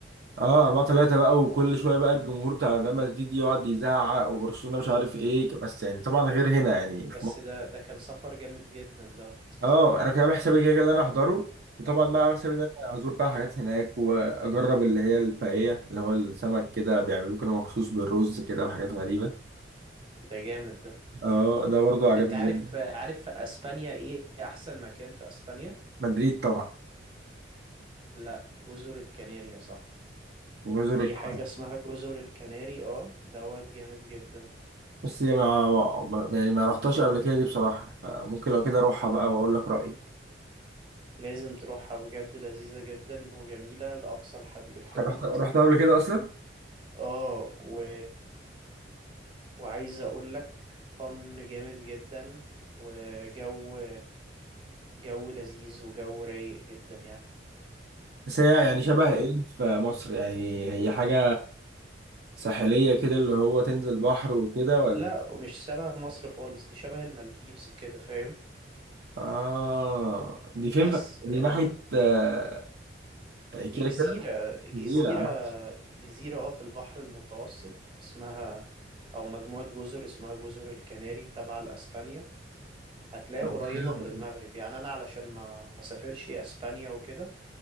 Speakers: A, on the right; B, on the right.
A: اه 4 3 بقى وكل شويه بقى الجمهور بتاع ريال مدريد يقعد يزعق وبرشلونه مش عارف ايه بس يعني طبعا غير هنا يعني في
B: بس
A: مصر
B: ده ده كان سفر جامد جدا دوت
A: اه انا كنت عامل حسابي كده كده اللي انا احضره وطبعا بقى عامل حسابي ان انا ازور بقى حاجات هناك واجرب اللي هي الباقيه اللي هو السمك كده بيعملوه كده مخصوص بالرز كده وحاجات غريبه
B: ده جامد ده
A: اه ده برضو عجبني
B: انت عارف
A: جدا
B: عارف في اسبانيا ايه احسن مكان في اسبانيا
A: مدريد طبعا
B: لا جزر الكناري يا صاحبي
A: وبزور
B: في
A: القاهرة.
B: حاجة اسمها جزر الكناري اه دوت جامد جدا
A: بس ما ما- يعني ما رحتهاش قبل كده دي بصراحه فممكن لو كده اروحها بقى واقول لك رايي
B: لازم تروحها بجد لذيذة جدا وجميلة لأقصى الحد- الحدود
A: رحت رحتها قبل كده اصلا
B: اه و... وعايز اقول لك فن جامد جدا وجو جو لذيذ وجو رايق جدا يعني
A: بس هي يعني شبه
B: فاهم
A: ايه في مصر يعني هي حاجة ساحلية كده اللي هو تنزل بحر وكده ولا
B: لا ومش شبه مصر خالص دي شبه المالديفز كده فاهم
A: اه دي فين
B: بس
A: في- دي ناحية آه،
B: دي
A: كده
B: جزيرة
A: كده
B: جزيرة
A: جزيرة اه
B: جزيرة اه في البحر المتوسط اسمها أو مجموعة جزر اسمها جزر الكناري تبع لأسبانيا هتلاقيها
A: طب
B: قريبة
A: حلو
B: من المغرب يعني أنا علشان ما ما سافرش أسبانيا وكده